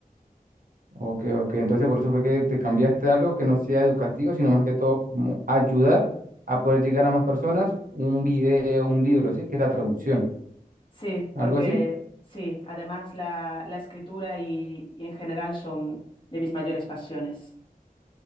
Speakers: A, on the right; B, on the left.
A: Ok, ok, entonces por eso fue que te cambiaste a algo que no sea educativo, sino más que todo como ayudar a poder llegar a más personas, un video, un libro, ¿sí? Que es la traducción,
B: Sí,
A: algo
B: porque
A: así.
B: sí, además la, la escritura y, y en general son de mis mayores pasiones.